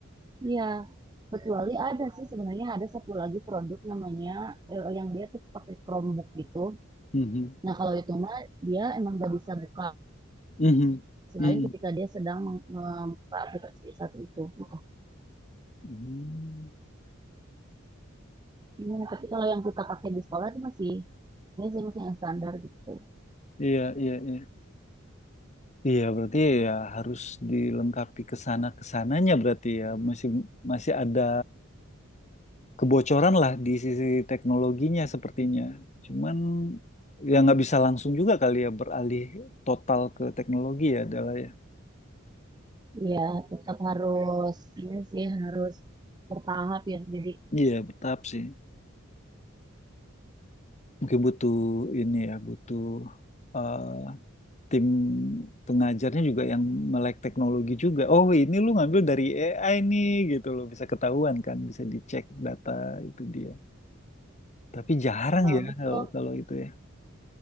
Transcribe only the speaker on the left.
Mhm.
Mhm.
Mhm.
Hmm.
Iya, iya, iya. Iya, berarti ya harus dilengkapi ke sana kesananya berarti ya masih masih ada kebocoran lah di sisi teknologinya sepertinya. Cuman ya nggak bisa langsung juga kali ya beralih total ke teknologi ya adalah ya.
Iya, bertahap sih. Mungkin butuh ini ya, butuh eh, tim pengajarnya juga yang melek teknologi juga. Oh, ini lu ngambil dari AI nih gitu loh, bisa ketahuan kan, bisa dicek data itu dia. Tapi jarang
ya
kalau kalau itu ya.